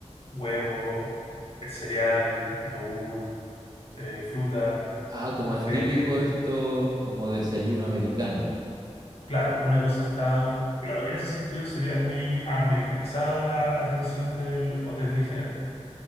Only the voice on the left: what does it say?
huevo, eh, cereal, yogur, eh, fruta,
café.
Claro, una cosa está... Claro, en ese sentido sería muy americanizada la atención del hotel en general.